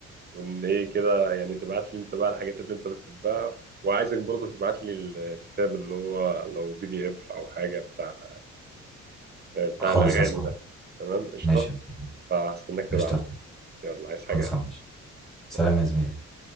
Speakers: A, on the right (about 35°); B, in the centre.
A: وان ايه كده يعني تبعت لي انت بقى الحاجات اللي انت بتحبها وعايزك برضه تبعت لي ال- الكتاب اللي هو لو بي دي اف او حاجه بتاع آه، بتاع
B: خالصة
A: الاغاني
B: صعب
A: ده تمام قشطه
B: ماشي يا زميلي.
A: فهستناك تبعت
B: قشطة
A: لي يلا عايز حاجه
B: خلص ماشي سلام
A: يلا
B: يا زميلي